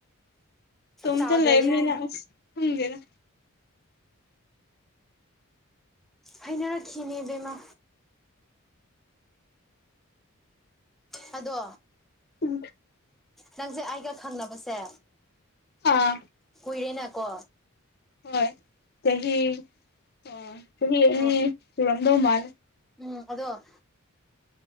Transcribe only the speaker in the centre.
ꯆꯥꯗ꯭ꯔꯗꯤ
ꯍꯥꯏ
ꯍꯥꯏꯅ ꯔ ꯈꯈꯤꯅꯦꯕꯦꯝꯃ ꯑꯗꯣ
ꯅꯪꯁꯦ ꯑꯩꯒ ꯈꯪꯅꯕꯁꯦ
ꯀꯨꯏꯔꯦꯅ ꯀꯣ
ꯑꯣ
ꯎꯝ ꯑꯗꯣ